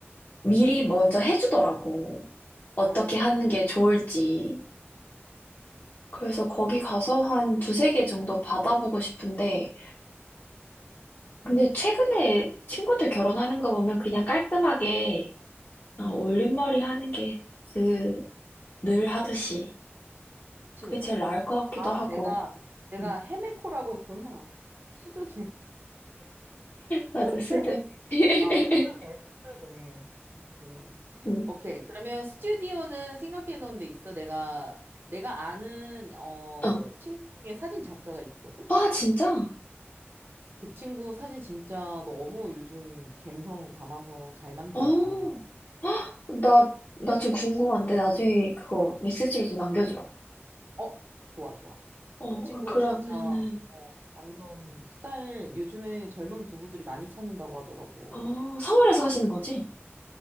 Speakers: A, on the left (about 55°); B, on the right (about 55°).
A: 미리 먼저 해주더라고. 어떻게
B: 아,
A: 하는 게 좋을지. 그래서 거기 가서 한 두세 개 정도 받아보고 싶은데, 근데 최근에 친구들 결혼하는 거 보면 그냥 깔끔하게 어,
B: 음,
A: 올림머리 하는 게 그 늘 하듯이
B: 그치,
A: 그게
B: 그치.
A: 제일 나을 것 같기도
B: 아,
A: 하고.
B: 내가, 내가
A: 음.
B: 헤메코라고 했구나. 스드메, <laughs>
A: 맞아,
B: 스드메.
A: 스드비. <laughs>
B: 아, 스드메, 스드메. 그치.
A: 응.
B: 오케이. 그러면 스튜디오는 생각해 놓은 데 있어? 내가, 내가 아는, 어,
A: 어.
B: 친구 중에 사진 작가가 있거든?
A: 아, 진짜?
B: 그 친구 사진 진짜 너무 요즘 감성 담아서 잘 만들었잖아.
A: 어. 헉, 나, 나 지금 궁금한데, 나중에 그거 메시지로 좀 남겨주라.
B: 어, 좋아, 좋아.
A: 어,
B: 그 친구
A: 아, 그러면은,
B: 진짜 어, 완전 스타일 요즘에 젊은 부부들이 많이 찾는다고 하더라고.
A: 어, 서울에서 하시는 거지?